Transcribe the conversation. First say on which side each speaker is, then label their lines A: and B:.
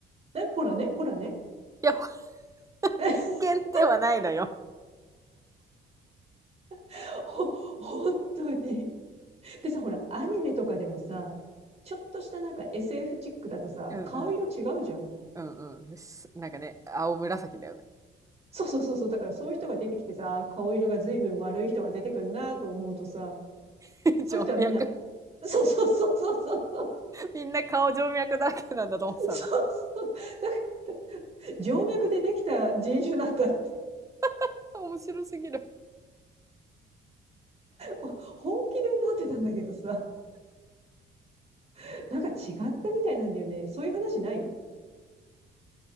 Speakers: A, on the right (about 35°); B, on the right (about 15°).
A: え、こらね、こらね。
B: いや、<laughs>
A: <laughs>
B: 人間ではないのよ。
A: えほ、<laughs> 本当に。でさ、ほら、アニメとかでもさ、ちょっとしたなんか SF チックだとさ、
B: うんうん。
A: 顔色違うじゃん。
B: うんうん。すなんかね、青紫だよね。
A: そうそうそうそう。だからそういう人が出てきてさ、あー顔色が随分悪い人が出てくるなと思うとさ、
B: <laughs>
A: そういう人はみんな、
B: 静脈。
A: <laughs> そうそうそうそうそうそう
B: みんな顔静脈だらけなんだと思ってたな。
A: そうそう。だから、静脈でできた人種なんだって。
B: <laughs> 面白すぎる。
A: お本気で思ってたんだけどさ、<laughs> なんか違ったみたいなんだよね。そういう話ない